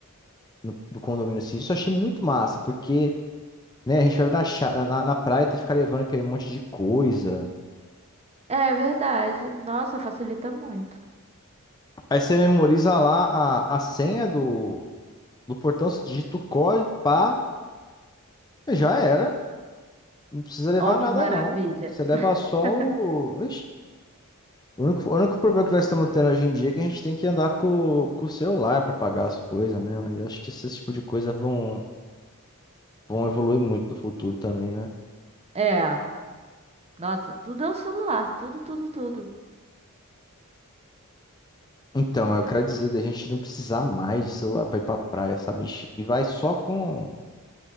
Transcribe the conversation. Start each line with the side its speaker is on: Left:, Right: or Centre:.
Left: no, no condomínio, assim. Isso eu achei muito massa, porque. Né? A gente vai na, cha- na, na praia, tem que ficar levando aquele monte de coisa.
Right: É verdade. Nossa, facilita muito.
Left: Aí você memoriza lá a, a senha do, do portão, você digita o código, pá, já era. Não precisa levar
Right: Ó,
Left: nada,
Right: que maravilha.
Left: não. Você leva só
Right: <laughs>
Left: o. Ixi, o único, o único problema que nós estamos tendo hoje em dia é que a gente tem que andar com, com o celular para pagar as coisas, né? Mas eu acho que esse tipo de coisa vão, vão evoluir muito no futuro também, né?
Right: É, nossa, tudo é o celular, tudo, tudo, tudo.
Left: Então,
Right: Você-
Left: eu quero dizer da gente não precisar mais de celular para ir para praia, sabe? E vai só com